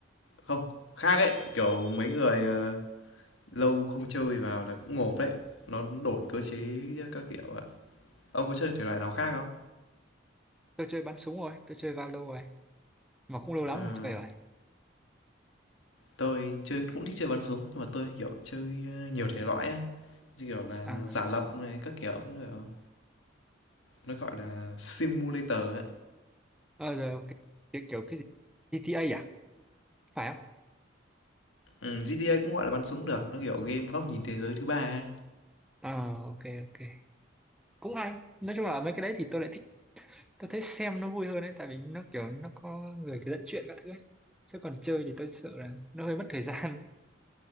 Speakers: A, on the left; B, in the centre.
A: Không, khác ấy, kiểu mấy người ờ, lâu không chơi vào là cũng ngộp đấy. Nó đổi cơ chế các kiểu ạ. Ông có chơi thể loại nào khác không?
B: Tôi chơi bắn súng rồi, tôi chơi Valo rồi. Mà cũng lâu
A: Ờ,
B: lắm không chơi rồi.
A: tôi chơi cũng thích chơi bắn súng, nhưng mà tôi kiểu chơi ờ, nhiều thể loại ấy. Như kiểu là
B: À,
A: giả lập này, các kiểu, các kiểu. Nó gọi là simulator ấy.
B: ờ, giờ ok. Cái, kiểu cái gì? GTA à? Phải không?
A: Ừm, GTA cũng gọi là bắn súng được, nó, kiểu, game góc nhìn thế giới thứ ba ấy.
B: Ờ, ok, ok. Cũng hay. Nói chung là mấy cái đấy thì tôi lại thích. Tôi thấy xem nó vui hơn ấy, tại vì nó kiểu nó có người cứ dẫn chuyện các thứ ấy. Chứ còn chơi thì tôi sợ là nó hơi mất thời gian.